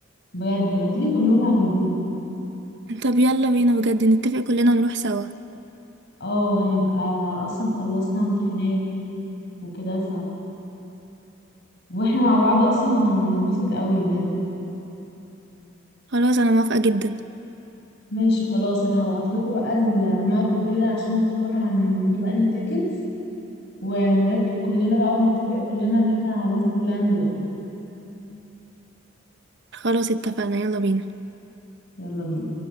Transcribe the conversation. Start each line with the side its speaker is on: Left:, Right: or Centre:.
Left: بجد ما تيجي نقول لهم على الجروب
Right: طب يلا بينا بجد نتفق كلنا ونروح سوا
Left: اه هنبقى اصلا خلصنا امتحانات وكده واحنا مع بعض اصلا هنتبسط قوي بجد
Right: خلاص انا موافقة جدا
Left: ماشي خلاص انا هبعت لكم بقى الماب وكده عشان نختار هنجيب انهي تيكتس ونرتب كلنا بقى ونتفق كلنا ان احنا لازم كلنا نروح
Right: خلاص اتفقنا يلا بينا
Left: يلا بينا